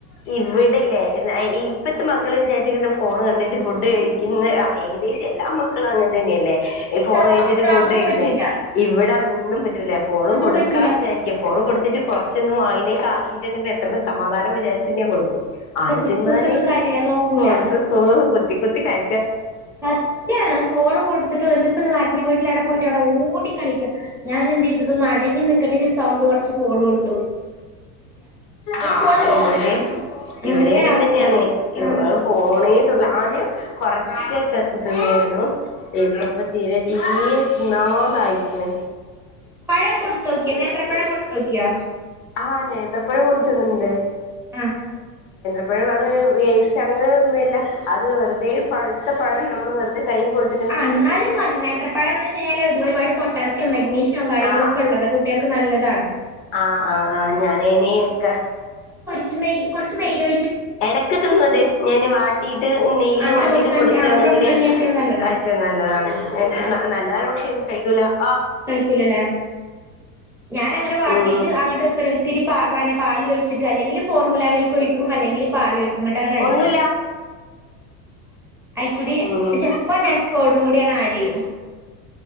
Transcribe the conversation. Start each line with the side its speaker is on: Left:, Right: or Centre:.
Left: ഇവിടില്ലേ ന്റെ മക്കള് വിചാരിച്ചിക്ക്ണ് ഫോണ് കണ്ടിട്ട് ഫുഡ് കഴിക്കിന്ന് ഏകദേശം എല്ലാ മക്കളും അങ്ങനെ തന്നെ അല്ലേ ഈ
Centre: ഇത്
Left: ഫോൺ കഴിച്ചിട്ട്
Centre: പക്ഷെ ഇത്
Left: ഫുഡ്
Centre: അതും
Left: കഴിക്കിന്ന്
Centre: പറ്റൂല
Left: ഇവിടെ ഇന്നും പറ്റി റ്റൂല ഫോണ്
Centre: അതും
Left: കൊടുക്കാ
Centre: പറ്റൂല
Left: വിചാരിക്ക ഫോണ് കൊടുത്തിട്ട് കൊറച്ചൊന്നും വായിലേക്കി കാക്കിയിട്ടുണ്ടെിൽ എത്ര ക്ക് സമാധാനം വിചാരിച്ച് ചിന്നീം കൊടുക്കും ആര്
Centre: കൊടുത്തിട്ടും
Left: തിന്നാന്
Centre: കാര്യല്ല നോക്കൂല
Left: കൊടുത്ത് പോവ് ക്കൊത്തി കയ
Centre: സത്യാണ് ഫോണ് കൊടുത്തിട്ട് വന്ന ഇപ്പത മരണ വീട്ടിലാണ് പോയി ട്ടി ടെ ഓടിക്കളിക്ക ഞാനെന്ത് ചെയ് ഇതൊന്ന് അടങ്ങി നിക്കട്ടെച്ച് സൗണ്ട് കുറച്ച് കോഡ് കൊടുത്ത്
Left: ആ
Centre: ഫോൺ പോകുമ്പോ
Left: ഇവിടെ ഇവിടെ
Centre: അതന്നെ
Left: അങ്ങനെ
Centre: അവസ്ഥ
Left: തന്നെയാണ് ഇ
Centre: ആ
Left: ഫോണുള്ള ആദ്യം കൊറച്ചക്കെ തിന്നിായിരുന്നു ഇപ്പ ഇപ്പൊ തീരെ തീരെ തിന്നാതായിരിക്കണ്
Centre: പഴം കൊടുത്തോക്കിയാ നേന്ത്ര പഴം കൊടുത്തു നോക്കിയ
Left: ആഹ നേതത്രപ്പുഴ കൊടുത്തന്നണ്ട്
Centre: ആ
Left: അപ്പോഴും അത് വേഴിച്ച അങ്ങ ഒന്നുംല്ല അത് വെറുതെ പഴുത്ത പഴം നമ്മള് വെറുതെ കൈ കൊടുത്ത്
Centre: ആ എന്നാലും മതി നേന്ത്രപ്പാഴം എന്ന് വെച്ച് കഴിഞ്ഞാൽ ഇ ഒരുപാട് പൊട്ടാസ്യം മഗ്നീഷ്യം കാര്യങ്ങളൊ
Left: ആഹ്
Centre: ഒക്കെ ഉള്ളത് കുട്ടൾക്ക് നല്ല ആ
Left: ആഹ് ആഹ് ആഹ ഞാന ഇനക്ക
Centre: കു നെയ് കുറച്ച് നെയ്യ്ഴു
Left: എടക്ക് ന്നും അതെ ഞൻ വാട്ടിട്ട് നെയയില്
Centre: അങ്ങനെ
Left: വാട്ടിട്ട്
Centre: കൊടുക്കാ
Left: കൊടുക്കുകയാണെങ്കില്
Centre: അങ്ങനെ കൊടുക്കാണെങ്കിൽ ഏറ്റവും നല്ലതാ
Left: നല്ല നല്ലതാണ് എക്ക് നല്ലതാണ് പക്ഷെ കഴിക്കൂല ആ
Centre: കല്ിക്കൂല്ലേ ഞാൻ അങ്ങനെ വാട്ടീയിട്ട്
Left: ഉം
Centre: അങ്ങോട്ട് ഇ ഒത്തിരി പനെ പാ വഴിച്ചിട്ട് അല്ലെങ്കിൽ മുല വിൽ ഒഴിക്കും അല്ലെങ്കിൽ പാൊഴിക്കുംങ്ങട്ട് അങ്ങനെ അടിക്കും
Left: ഒന്നുല്ല
Centre: അയിക്കൂടി
Left: ഉം
Centre: ചെപ്പോ നാസ് പൗഡറും കൂടിയണ് ആഡ് ചെയ്യും